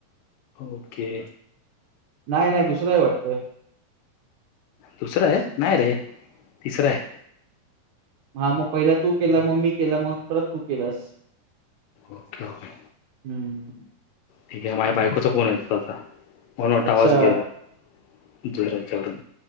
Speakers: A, on the left; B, on the right.
A: ओके.
B: नाही नाही दुसरा आहे वाटतं.
A: दुसरा आहे नाही रे तिसरा आहे.
B: हा मग पहिला तू केला मग मी केला मग परत तू केलास.
A: Okay okay.
B: हम्म.
A: ठीक आहे आता माझ्या बायकोचा फोन येत होता आता म्हणून वाटतं
B: अच्छा.
A: आवाज गेला. इकडे जायचं आवरून